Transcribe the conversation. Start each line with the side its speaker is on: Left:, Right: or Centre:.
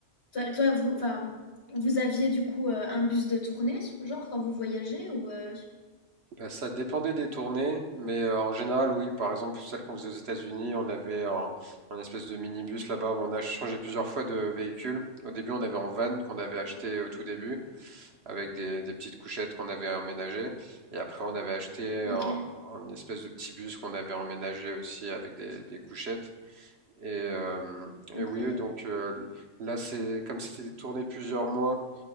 Left: toi, toi, vous, enfin, vous aviez du coup euh, un bus de tournée, genre quand vous voyagez ou euh,
Right: Ben ça dépendait des tournées, mais euh, en général, oui. Par exemple, celle qu'on faisait aux États-Unis, on avait un, un espèce de minibus là-bas. Bon, on a changé plusieurs fois de véhicule. Au début, on avait un van qu'on avait acheté au tout début, avec des, des petites couchettes qu'on avait emménagées. Et après, on avait acheté
Left: Ok,
Right: un, un espèce de petit bus qu'on avait emménagé aussi avec des, des couchettes. Et, euh,
Left: incroyable.
Right: et oui, donc euh, là, c'est comme c'était tourné plusieurs mois